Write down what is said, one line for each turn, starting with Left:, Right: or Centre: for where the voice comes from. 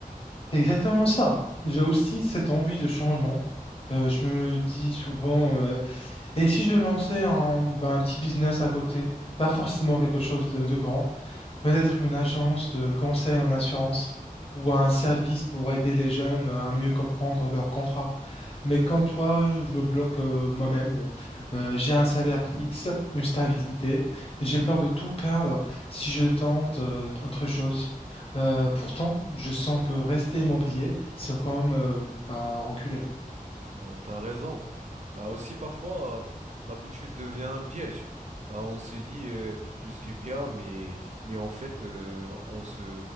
Left: C'est exactement ça. J'ai aussi cette envie de changement. Euh, je me dis souvent, Et si je lançais un, bah, un petit business à côté, pas forcément quelque chose de, de grand, peut-être une agence de conseil en assurance ou un service pour aider les jeunes euh, à mieux comprendre leur contrat. Mais comme toi, je me bloque euh, moi-même. Euh, j'ai un salaire fixe, une stabilité, et j'ai peur de tout perdre si je tente euh, autre chose. Euh, pourtant, je sens que rester immobilier, c'est comme euh, bah, reculer.
Right: Bah, t'as raison. Bah, aussi parfois, euh, l'habitude devient un piège. Bah, on se dit, euh, je suis bien, mais, mais en fait, euh, on se,